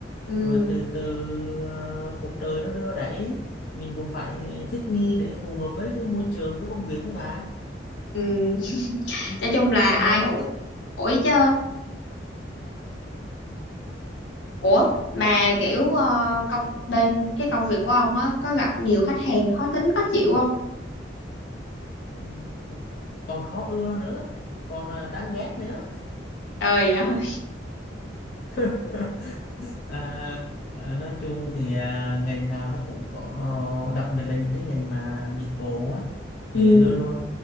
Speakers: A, on the left (about 75°); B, on the left (about 50°).
A: Ừ,
B: rồi từ từ à, cuộc đời nó đưa đẩy mình cũng phải thích nghi để phù hợp với cái môi trường với công việc với bà
A: ừ.
B: ừ.
A: Nói chung là
B: bạn
A: ai
B: làm
A: cũng
B: market
A: ủi chứ. Ủa mà kiểu ờ, công bên cái công việc của ông á có gặp nhiều khách hàng khó tính khó chịu không?
B: ừ. còn khó ưa nữa còn à, đáng ghét nữa
A: Trời ơi.
B: <laughs> À, à, nói chung thì à, ngành nào nó cũng có đặc biệt là những cái ngành mà dịch vụ á
A: Ừ,
B: thì luôn luôn